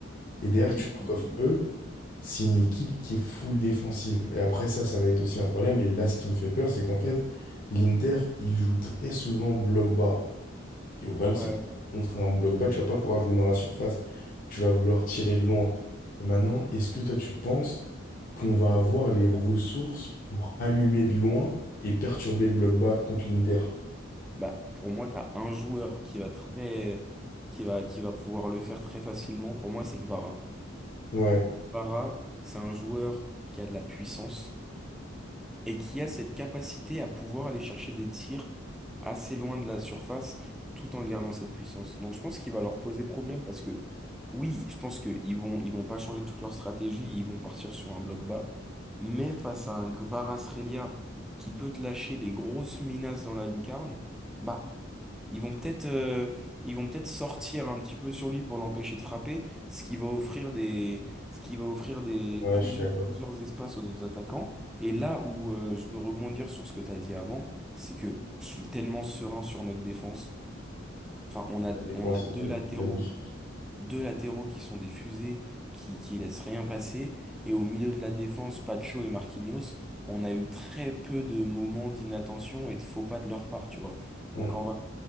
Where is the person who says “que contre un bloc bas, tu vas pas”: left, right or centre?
Left